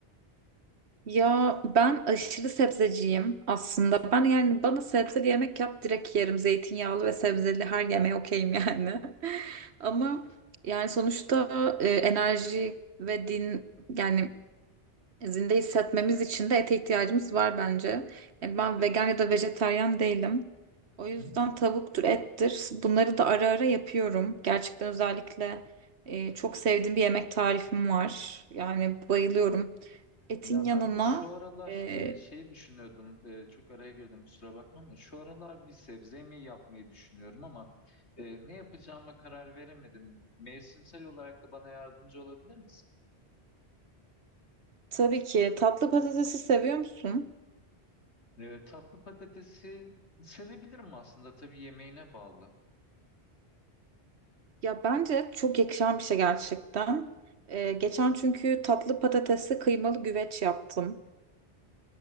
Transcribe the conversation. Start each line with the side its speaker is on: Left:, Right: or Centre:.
Right: Ya ben aşırı sebzeciyim aslında. Ben yani bana sebzeli yemek yap direkt yerim. Zeytinyağlı ve sebzeli her yemeğe okeyim yani. <laughs> Ama yani sonuçta e, enerji ve din yani zinde hissetmemiz için de ete ihtiyacımız var bence. Yani ben
Left: Tabii.
Right: vegan ya da vejetaryen değilim. O yüzden
Left: Hı hı.
Right: tavuktur, ettir. Bunları da ara ara yapıyorum. Gerçekten özellikle e, çok sevdiğim bir yemek tarifim var. Yani bayılıyorum. Etin
Left: Ya
Right: yanına
Left: ben de şu aralar
Right: e,
Left: e, şey düşünüyordum, e, çok araya girdim kusura bakmam da şu aralar bir sebze yemeği yapmayı düşünüyorum ama e, ne yapacağıma karar veremedim. Mevsimsel olarak da bana yardımcı olabilir misin?
Right: tabii ki tatlı patatesi seviyor musun?
Left: E, tatlı patatesi sevebilirim aslında tabii yemeğine bağlı.
Right: Ya bence çok yakışan bir şey gerçekten. E, geçen çünkü tatlı patatesli kıymalı güveç yaptım.